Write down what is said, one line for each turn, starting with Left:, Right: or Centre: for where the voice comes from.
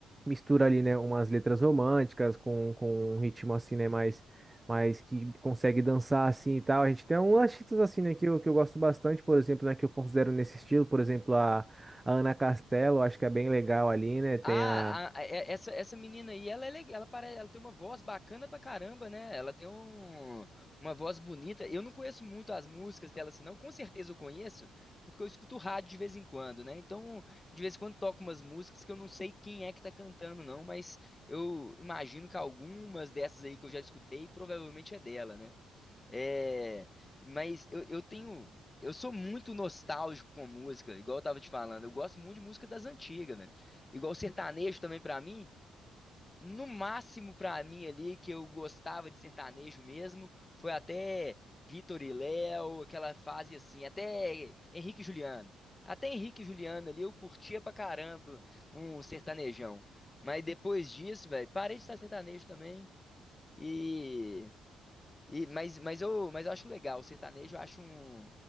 Right: Mistura ali, né, umas letras românticas com, com um ritmo assim, né, mais, mais que consegue dançar assim e tal. A gente tem uns artistas assim, né, que eu, que eu gosto bastante, por exemplo, né, que eu considero nesse estilo, por exemplo, a, a Ana Castela, eu acho que é bem legal ali, né? Tem
Left: Ah,
Right: a
Left: a- a- é- essa, essa menina aí, ela é legal, ela, pare- ela tem uma voz bacana pra caramba, né? Ela tem um, uma voz bonita. Eu não conheço muito as músicas dela, assim, não. Com certeza eu conheço, porque eu escuto rádio de vez em quando, né? Então, de vez em quando toco umas músicas que eu não sei quem é que tá cantando, não, mas eu imagino que algumas dessas aí que eu já escutei provavelmente é dela, né? É, mas eu, eu tenho. Eu sou muito nostálgico com música, igual eu tava te falando. Eu gosto muito de música das antigas, velho. Igual sertanejo também pra mim. No máximo pra mim ali, que eu gostava de sertanejo mesmo, foi até Vitor e Léo, aquela fase assim, até Henrique e Juliano. Até Henrique e Juliano ali eu curtia pra caramba um sertanejão. Mas depois disso, velho, parei de estar sertanejo também. E. E, mas, mas, eu, mas eu acho legal, o sertanejo eu acho um,